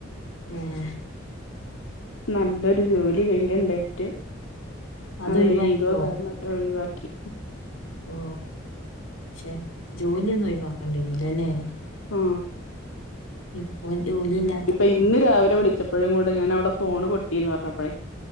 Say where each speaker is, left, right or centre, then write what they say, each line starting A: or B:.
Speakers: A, on the left; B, on the left.
A: എയ്
B: നല്ലൊരു ജോലി കയ്യിയിലുണ്ടായിട്ട്.
A: അതൊഴിവായിപ്പോ
B: അവരെ ഈഗോ കാരണം അത് ഒഴിവാക്കി
A: ഓ ഷേ ജോലിയൊന്നും ഒഴിവാക്കാണ്ടിരുന്നില്ല ല്ലേ
B: ഉം
A: ഇപ്പോൾ ജോലില്ല
B: ഇപ്പൊ ഇന്ന് രാവിലെ വിളിച്ച ഇപ്പഴും കൂടെ ഞാൻ അവള ഫോണ് പൊട്ടിന്ന് പറഞ്ഞപ്പഴേ